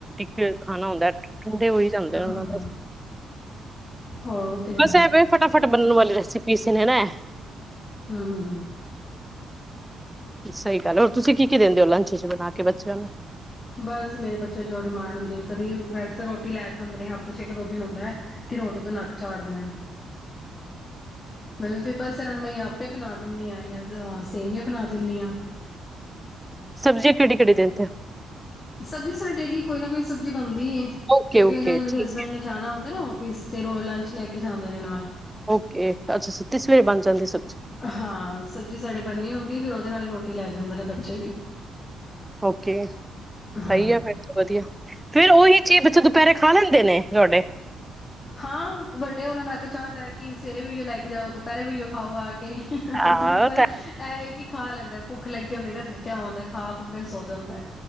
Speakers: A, in the centre; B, on the left (about 35°).
A: ਫਿਰ ਖਾਣਾ ਹੁੰਦਾ ਠੰਡੇ ਹੋ ਹੀ ਜਾਂਦੇ ਆ
B: ਹਾਂ
A: ਉਹ ਦੇ
B: ਹਾਂ ਉਹ ਤੇ
A: ਬਸ
B: ਹੈ
A: ਇਹਵੇ
B: ਹਮ
A: ਫਟਾਫਟ ਬਨ ਵਾਲੇ ਰਸ ਸੀ ਪੀਸ ਨੇ ਨਾ
B: ਹਮ ਹਮ
A: ਸਹੀ ਗੱਲ ਹੈ ਹੋਰ ਤੁਸੀਂ ਕੀ ਕੀ ਦਿੰਦੇ ਹੋ ਲੰਚ ਚ ਬਣਾ ਕੇ ਬੱਚਿਆਂ ਨੂੰ
B: ਬਸ ਮੇਰੇ ਬੱਚੇ ਜੋ ਡਿਮਾਂਡ ਹੁੰਦੀ ਹੈ ਕਦੇ ਵੈਸੇ ਫ ਰੋਟੀ ਲੈ ਚ ਆਦੇ ਨੇ ਹਫ਼ਤੇ ਚ ਇੱਕ ਦੋ ਦਿਨ ਹੁੰਦਾ ਹੈ ਕਿ ਰੋਟੀ ਤੋਂ ਨੱਕ ਚਾੜ ਦੇਣਾ ਮਤਲਬ ਫਿਰ ਬਸ ਇਹ ਨੂੰ ਮੈਂ ਆਪੇ ਬਣਾ ਦਿੰਦੀ ਹਾਂ ਜਾਂ ਅਹ ਸੇਵੀਆਂ ਬਣਾ ਦਿੰਦੀ ਹ
A: ਸਬਜ਼ੀਆਂ ਕਿਹੜੀ ਕਿਹੜੀ ਦਿੰਦੇ ਆ
B: ਸਬਜ਼ੀ ਸਾਡੀ ਡੇਲੀ ਕੋਈ ਨਾ ਕੋਈ ਸਬਜ਼ੀ ਬਣਦੀ
A: ਓਕੇ
B: ਕਿਉਂਕਿ
A: ਓਕੇ
B: ਇਹਨਾਂ ਨੇ ਮੇਰੇ
A: ਠੀਕ
B: ਹਸਬੈਂਡ ਨੇ ਜਾਣਾ ਹੁੰਦਾ ਨਾ ਉਹ ਆਫਿਸ ਤੇ ਰੋਲ ਲੰਚ ਲੈ ਕੇ ਜਾਂਦੇ ਨੇ ਨਾਲ
A: ਓਕੇ ਅੱਛਾ ਸਵੇਰੇ ਬਣ ਜਾਂਦੀ ਸਬਜ਼ੀ
B: ਹਾਂ ਸਬਜ਼ੀ ਸਾਡੇ ਬੰਨੇ ਹੁੰਦੀ ਫਿਰ ਉਹਦੇ ਨਾਲ ਹੀ ਰੋਟੀ ਲੈ ਜਾਂਦੇ ਨੇ ਬੱਚੇ ਵੀ
A: ਓਕੇ ਸਹੀ
B: ਹਾਂ
A: ਹੈ ਫਿਰ ਵਧੀਆ ਫੇਿਰ ਉਹੀ ਚੀਜ਼ ਬਾ ਪੈਰੇ ਖਾ ਲੈਂਦੇ ਨੇ ਤੁਹਾਡੇ
B: ਹਾਂ ਵੱਡੇ ਵਾਲਾ ਨੱਕ ਚਾੜ੍ਹਦਾ ਹੈ ਕਿ ਸਵੇਰੇ ਵੀ ਲੈ ਕੇ ਜਾਓ ਦ ਪਹਿਰੇ ਵੀਓ ਖਾਓ ਆ ਕੇ
A: ਹਾਂ
B: ਪਰ ਇਹ ਖਾ ਲੈਂਦਾ ਭੁੱਖ ਲੱਗੀ ਹੁੰਦੀ ਤੇ ਥੱਕਿਆ ਆਉਂਦਾ ਖਾ ਖੂ ਕੇ ਸੋ ਜਾਂਦਾ ਹੈ